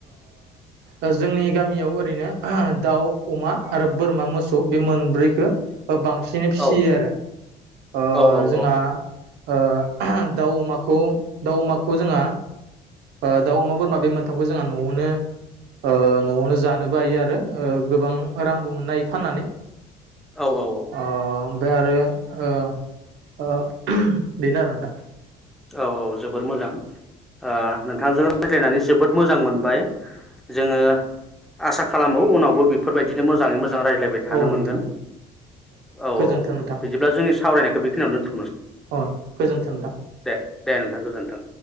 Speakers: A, on the right; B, in the centre.
A: अ जोंनि गामियाव ओरैनो दाउ अमा आरो बोरमा मोसौ बे मोनब्रै हो ओ बांसिनै फिसियो
B: औ औ
A: आरो। ओ
B: औ औ
A: जोंहा ओ दाउ अमाखौ दाउ अमाखौ जोंआ ओ दाउ अमा बोरमा बे मोनथामखौ जोंहा नआवनो ओ नआवनो जानोबो बायो आरो ओ गोबां रांबो मोननो हायो फाननानै
B: औ औ औ
A: ओ ओमफ्राय आरो ओ ओ बेनो आरो नोंथां
B: औ औ जोबोर मोजां ओ नोंथांजों रायज्लायनानै जोबोद मोजां मोनबाय। जोङो आसा खालामो उनावबो बेफोरबायदिनो मोजाङै मोजां जों रायज्लायबाय थानो
A: औ
B: मोनगोन
A: नोंथां
B: औ
A: गोजोन्थों
B: औ
A: नोंथां
B: बिदिब्ला जों सावरायनायखौ बेखिनियावनो दोनथ
A: अ गोजोन्थों नोंथां।
B: दे नोंथां गोजोनथों